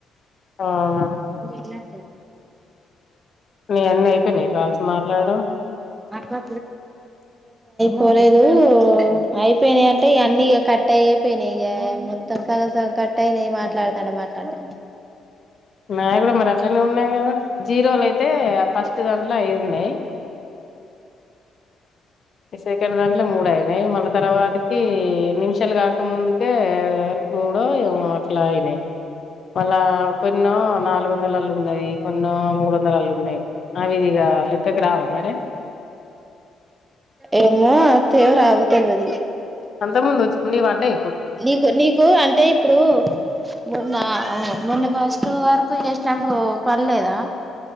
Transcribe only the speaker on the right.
నిజం
లా కొలేదు ఆయి పోయినాయి అంటే ఇ అన్నీ ఇ కట్ట అయ పోయినాయి ఇక మొత్తం సగం సం కట్ట అయిన మాట్లాడతాడి మాట్లాడత
ఏమో తవ రావ తెలివది
నీకు నీకు అంటే ఇప్పుడు మొన్నవు మన్న ఫస్ట్ వర్క్ చేసప్పుడు పర్లేదా